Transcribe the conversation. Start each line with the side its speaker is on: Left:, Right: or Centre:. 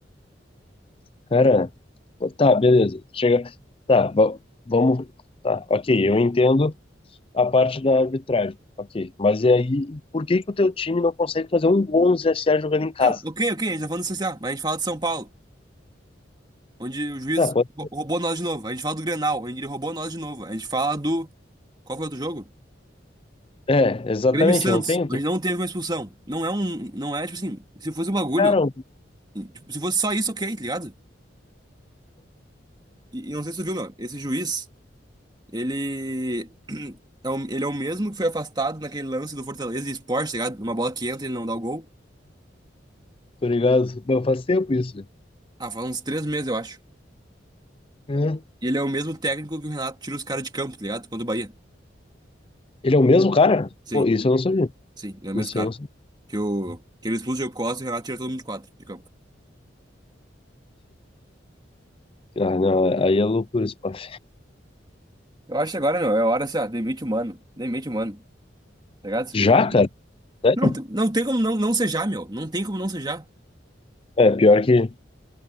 Left: Cara, tá, beleza. Chega. Tá, va- vamos. Tá, ok, eu entendo a parte da arbitragem, ok. Mas e aí, por que que o teu time não consegue fazer um gol no CSA jogando em casa?
Right: Ah, ok, ok, a gente tá falando do CSA, mas a gente fala de São Paulo, onde o juiz
Left: Ah, pode-
Right: rou- roubou nós de novo. A gente fala do Grenal, onde ele roubou nós de novo. A gente fala do. Qual foi o outro jogo?
Left: É, exatamente,
Right: Grêmio e Santos,
Left: não tem outro.
Right: onde não teve uma expulsão. Não é um. Não é, tipo assim, se fosse um bagulho.
Left: Cara,
Right: tipo, se fosse só isso, ok, tá ligado? E, e não sei se tu viu, meu, esse juiz, ele. <clears throat> É o, ele é o mesmo que foi afastado naquele lance do Fortaleza e Sport, tá ligado? Uma bola que entra, ele não dá o gol.
Left: Tá ligado? Não, faz tempo isso. né?
Right: Ah, faz uns três meses, eu acho.
Left: É.
Right: E ele é o mesmo técnico que o Renato tira os caras de campo, tá ligado? Quando o Bahia.
Left: Ele é o mesmo cara?
Right: Sim,
Left: Pô, isso eu não sabia.
Right: sim, ele é o mesmo
Left: Isso
Right: cara.
Left: eu não sabia.
Right: Que, o, que ele expulsa o Diego Costa e o Renato tira todo mundo de quadro, de campo.
Left: Ah, não, aí é loucura esse papo.
Right: Eu acho que agora, meu, é a hora assim, ó, demite o mano. Demite o mano, tá ligado?
Left: Já,
Right: E-
Left: cara? Sério?
Right: Não, te- não tem como não, não sejar, meu. Não tem como não sejar.
Left: É, pior que.